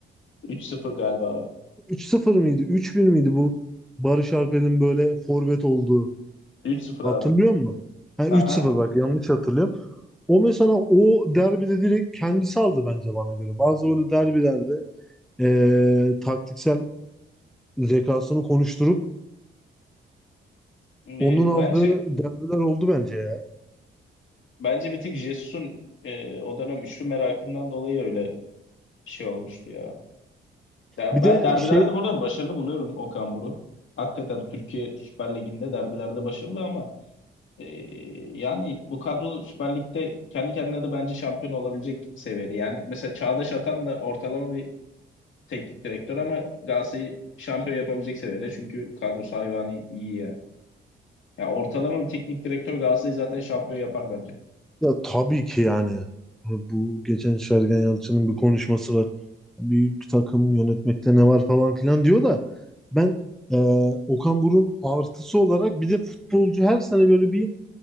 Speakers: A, on the left; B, in the centre.
A: 3-0 galiba abi.
B: üç sıfır mıydı? üç 1 miydi bu? Barış Alper'in böyle forvet olduğu.
A: 3-0
B: Hatırlıyor
A: abi.
B: musun? Ha,
A: Aha.
B: 3-0 bak yanlış hatırlıyorum. O mesela o derbide direkt kendisi aldı bence bana göre. Bazı böyle derbilerde eee, taktiksel zekasını konuşturup
A: Ee,
B: onun aldığı
A: bence
B: derbiler oldu bence ya.
A: bence bir tek Jesus'un e, o dönem üçlü merakından dolayı öyle bir şey olmuştu ya. Ya
B: Bir
A: ben
B: de
A: derbilerde
B: şey
A: burada başarılı buluyorum Okan Buruk'u. Hakikaten Türkiye Süper Ligi'nde derbilerde başarılı ama e, yani bu kadro Süper Lig'de kendi kendine de bence şampiyon olabilecek seviyede. Yani mesela Çağdaş Atan da ortalama bir teknik direktör ama Galatasaray'ı şampiyon yapabilecek seviyede. Çünkü kadrosu hayvani iyi Ya ortalama bir teknik direktör Galatasaray'ı zaten şampiyon yapar bence.
B: ya tabii ki yani bu geçen Sergen Yalçın'ın bir konuşması var. Büyük takım yönetmekte ne var falan filan diyor da ben eee, Okan Buruk'un artısı olarak bir de futbolcu her sene böyle bir